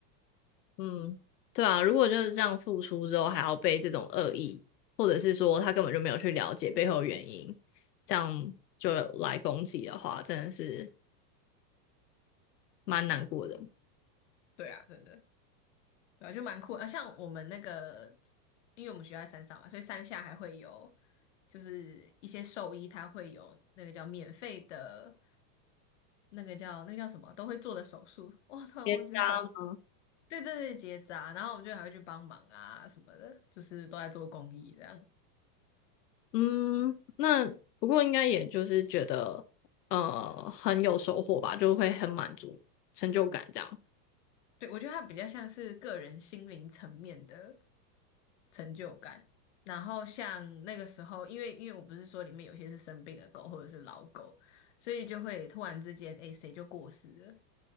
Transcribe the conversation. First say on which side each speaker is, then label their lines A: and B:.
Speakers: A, on the left; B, on the left.
A: 嗯，对啊，如果就是这样付出之后还要被这种恶意，或者是说他根本就没有去了解背后的原因，这样就来攻击的话，真的是蛮难过的。
B: 对啊，真的，对啊，就蛮酷的啊。像我们那个，因为我们学校在山上嘛，所以山下还会有，就是一些兽医他会有那个叫免费的，那个叫那个叫什么，都会做的手术。哇，突然忘记它叫什么。
A: 结扎吗？
B: 对对对，结扎，然后我们就还会去帮忙啊什么的，就是都在做公益这样。
A: 嗯，那不过应该也就是觉得呃很有收获吧，就会很满足、成就感这样。
B: 对，我觉得它比较像是个人心灵层面的成就感。然后像那个时候，因为因为我不是说里面有些是生病的狗或者是老狗，所以就会突然之间，哎，谁就过世了。